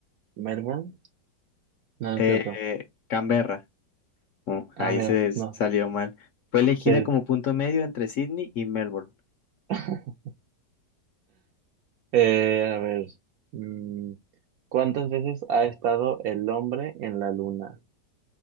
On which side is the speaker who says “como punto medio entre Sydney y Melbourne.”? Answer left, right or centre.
Left